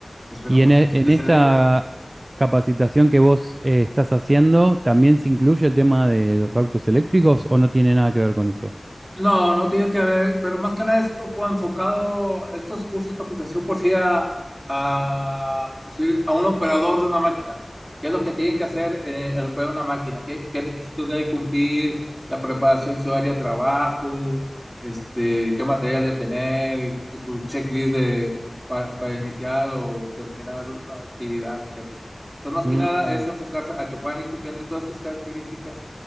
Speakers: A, on the right; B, on the right.
A: Esperemos
B: Y en, e- en
A: que
B: esta
A: se dé
B: capacitación que vos eh, estás haciendo, ¿también se incluye el tema de los autos eléctricos o no tiene nada que ver con eso?
A: No, no tienes que ver, pero más que nada esto fue enfocado, estos cursos de capacitación por sí a, a, por sí a un operador de una máquina. ¿Qué es lo que tienen que hacer eh, al operar una máquina? ¿Qué, qué requisitos debe cumplir? La preparación, su área de trabajo, este, qué material debe tener, sus checklists de, para, para iniciar o terminar una actividad, etcétera. O sea, más
B: Mm.
A: que nada es enfocarse a que puedan ir cumpliendo todas estas características.